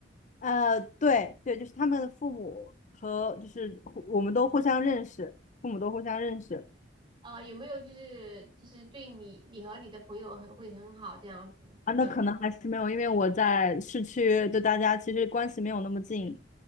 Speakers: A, on the left; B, on the right.
A: 呃，对对，就是他们的父母和就是互我们都互相认识，父母都互相认识
B: 呃，有没有就是就是对你你和你的朋友很会很好这样子？
A: 啊。那可能还是没有，
B: 有？
A: 因为我在市区，对大家其实关系没有那么近。